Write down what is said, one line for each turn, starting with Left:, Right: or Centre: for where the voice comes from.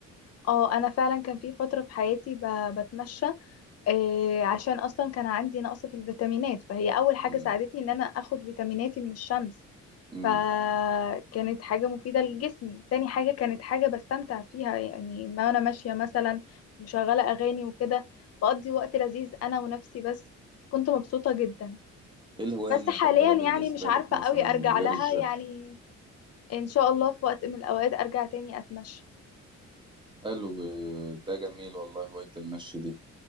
Left: اه أنا فعلا كان في فترة في حياتي ب- بتمشى آه عشان أصلا كان عندي نقص في الفيتامينات فهي أول حاجة
Right: مم.
Left: ساعدتني إن أنا أخد فيتاميناتي من الشمس
Right: مم.
Left: فكانت حاجة مفيدة لجسمي تاني حاجة كانت حاجة بستمتع فيها يعني ما أنا ماشية مثلا مشغلة أغاني وكده بقضي وقت لذيذ أنا ونفسي بس كنت مبسوطة جدا
Right: إيه الهواية
Left: بس
Right: المفضلة
Left: حاليا
Right: بالنسبة
Left: يعني مش عارفة
Right: لك مثلا
Left: قوي أرجع
Right: غير
Left: لها
Right: الجيم؟
Left: يعني إن شاء الله في وقت من الأوقات أرجع تاني أتمشى
Right: حلو ده جميل والله هواية المشي دي